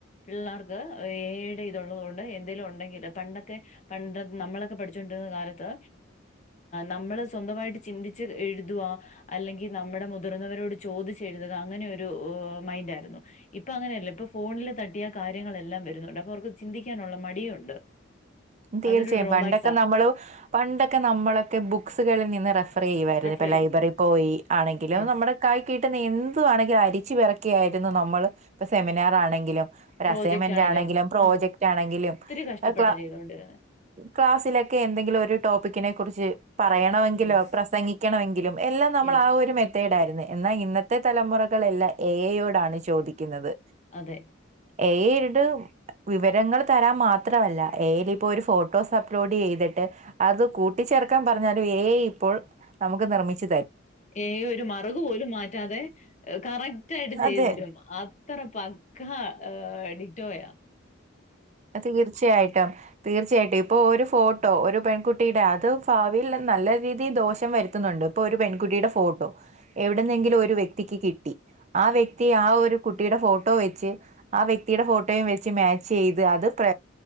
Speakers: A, on the left; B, on the right.
A: പിള്ളേർക്ക് ഏയ് ടെ ഇത് ഇള്ളതോണ്ട്. എന്തെലും ഉണ്ടെകിൽ പണ്ടൊക്കെ പണ്ട്‌ നമ്മളൊക്കെ പഠിച്ചുകൊണ്ടിരുന്ന കാലത്ത് നമ്മള്. സ്വന്തമായിട്ട് ചിന്തിച്ച് എഴുതുവാ അല്ലെങ്കിൽ നമ്മുടെ മുത്ത്. മുതിർന്നവരോട് ചോദിച്ച് എഴുതുക അങ്ങനെ ഒരു മൈന്റായിരുന്നു ഇപ്പൊ അങ്ങനെയല്ല ഇപ്പൊ ഫോണിൽ തട്ടിയ. കാര്യങ്ങളെല്ലാം വരുന്നുണ്ട് അപ്പൊ അവർക്ക് ചിന്തിക്കാനുള്ള മടിയുണ്ട്.
B: തീർച്ചയായും
A: അതൊരു ഡ്രോബാക്സാ
B: പണ്ടൊക്കെ നമ്മള് പണ്ടൊക്കെ നമ്മളൊക്കെ ബുക്സുകളിൽ നിന്ന് റഫ്. ഫ്രീ ചെയമായിരുന്നു
A: റെഫർ
B: ഇപ്പൊ
A: ചെയ്യും
B: ലൈബ്രറി പോയി ആണെങ്കിലും
A: യെസ്
B: നമ്മുടെ കയി കി. പെട്ടെന്ന് എന്തുവാണെങ്കിലും അരിച്ചു പെറുക്കിയായിരുന്നു നമ്മൾ. ഇപ്പൊ സെമിനാർ ആണെങ്കിലും ഒരു
A: പ്രോജക്റ്റ്
B: അസൈൻമെന്റ്
A: ആണേലും
B: ആണെങ്കിലും പ്രോജക്റ്റ്
A: ആഹ്
B: ആണെങ്കിലും
A: ഒത്തിരി
B: ക്ല.
A: <unintelligible>
B: ക്ലാസ്സിലൊക്കെ എന്തെങ്കിലും ഒരു ടോപ്പിക്കിനെ കുറിച്ച് പറയണമെങ്കിലോ
A: യെസ്
B: പ്രസംഗിക്കണമെങ്കിലും എല്ലാം. നമ്മൾ
A: യെസ്
B: ആ ഒരു മെത്തേഡായിരുന്നെ. എന്നാ ഇന്നത്തെ തലമുറകള എല്ല എ ഐ ടാണ് ചോദിക്കുന്നത്.
A: അതെ
B: എ ഐട് വിവരങ്ങൾ തരാൻ മാത്രമല്ല എയി. ഇപ്പോ ഒരു ഫോട്ടോസ് അപ്ലൊഡ് ചെയ്തിട്ട്. അത് കൂട്ടിച്ചേർക്കാൻ പറഞ്ഞാലും എ ഐ ഇപ്പോൾ നമുക്ക് നിർമ്മിച്ച.
A: ഏ ഒരു മറകുപോലും മാറ്റാതെ കറക്റ്റ് ആയിട്ട് ചെയ്തു
B: അതെ
A: തരും അത്ര പ. ക്കാ എഡിറ്റോയാ.
B: തീർച്ചയായിട്ടും തീർച്ചയായിട്ടും. ഇപ്പോൾ ഒരു ഫോട്ടോ ഒരു പെൺകുട്ടിയുടെ അത് ഭാവിയിൽ നല്ല രീതിയിൽ ദോഷം വരുത്തുന്നുണ്ട് ഇപ്പോൾ ഒരു പെൺകുട്ടി. ട്ടിടെ ഫോട്ടോ എവിടുന്നെങ്കിലും ഒരു വ്യക്തിക്ക് കിട്ടി ആ വ്യക്തി ആ ഒരു കുട്ടിയുടെ ഫോട്ടോ വെ. ച് ആ വ്യക്തിയുടെ ഫോട്ടോയും വെച് മാച്ച് ചെയ്. യ്ത് പ്ര